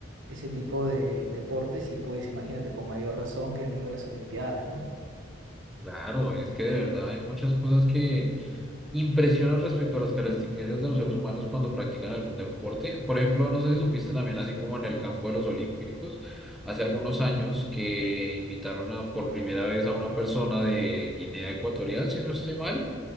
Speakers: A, on the right; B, in the centre.
A: ese tipo de deportes y pues imagínate con mayor razón que han ido a las Olimpiadas, ¿no?
B: Claro, es que de verdad hay muchas cosas que... impresionan respecto a las características de los seres humanos cuando practican algún deporte. Por ejemplo, no sé si supiste también, así como en el campo de los Olímpicos, hace algunos años que invitaron a, por primera vez a una persona de Guinea Ecuatorial, si no estoy mal,